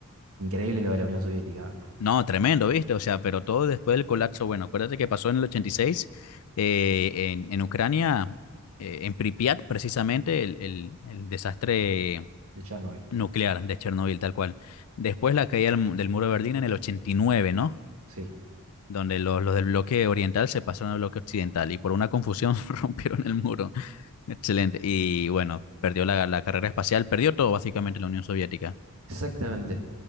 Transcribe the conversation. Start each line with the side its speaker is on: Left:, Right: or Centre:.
Right: Increíble lo de la Unión Soviética, ¿eh?
Left: No, tremendo, ¿viste? O sea, pero todo después del colapso. Bueno, acuérdate que pasó en el 86 eh, en, en Ucrania, eh, en Pripyat, precisamente, el, el- el desastre
Right: de Chernobyl.
Left: nuclear de Chernobyl, tal cual. Después la caída del, mu- del muro de Berlín en el 89, ¿no?
Right: Sí,
Left: Donde los, los del bloque oriental se pasaron al bloque occidental y por una confusión <laughs> rompieron el muro. Excelente. Y bueno, perdió la, la carrera espacial, perdió todo básicamente la Unión Soviética.
Right: exactamente.